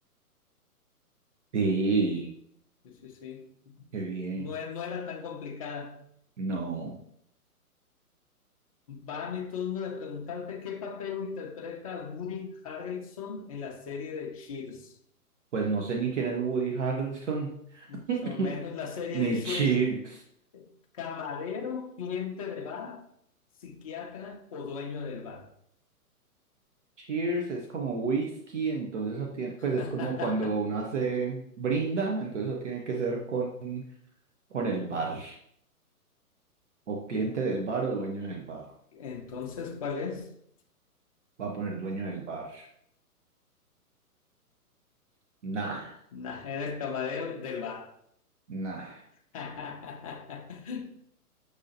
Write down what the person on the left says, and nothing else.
Sí, sí, sí.
No, e- no era tan complicada.
Va mi turno de preguntarte qué papel interpreta Woody Harrelson en la serie de Cheers.
Mucho
menos la serie
de Cheers.
Camarero, cliente de bar, psiquiatra o dueño del bar.
<laughs>
Ajá.
Entonces, ¿cuál es?
Nah, era el camarero del bar.
<laughs>